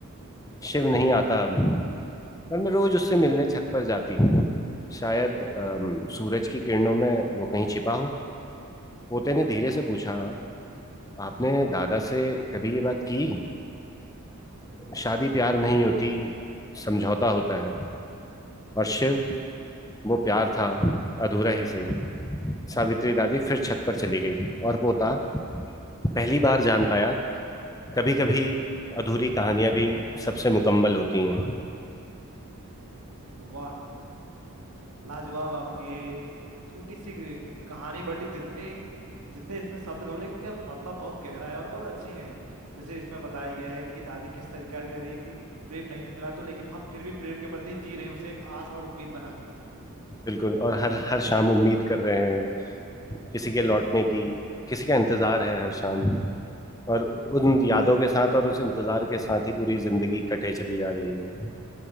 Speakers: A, on the left; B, on the right.
A: शिव नहीं आता अब पर मैं रोज उससे
B: ओ
A: मिलने छत पर जाती शायद अम, सूरज की किरणों में वो कहीं छिपा हो पोते ने
B: बिल्कुल
A: धीरे से पूछा आपने दादा से कभी ये बात की शादी प्यार नहीं होती समझौता होता है और शिव
B: ओ
A: वो प्यार था अधूरा ही सही सावित्री दादी फिर छत पर चली गई और पोता पहली बार जान पाया कभी कभी अधूरी कहानियां भी सबसे मुकम्मल होती हैं
B: वाह लाजवाब आपकी छोटी सी कहानी बटी जितनी जितने इसमें शब्द कम लेकिन इनका मतलब बहुत गहरा है और बहुत अच्छी है जैसे इसमें बताया गया है कि दादी किस तरीका कह रही है कि प्रेम नहीं भी मिला तो लेकिन हम फिर भी प्रेम के प्रति जी रहे हैं उसे एक आस और उम्मीद बना के
A: बिल्कुल और हर हर शाम उम्मीद कर रहे हैं किसी के लौटने की किसी का इंतजार है हर शाम और उन
B: अच्छा
A: यादों के साथ और उस इंतजार के साथ ही पूरी जिंदगी कटे चली जा रही है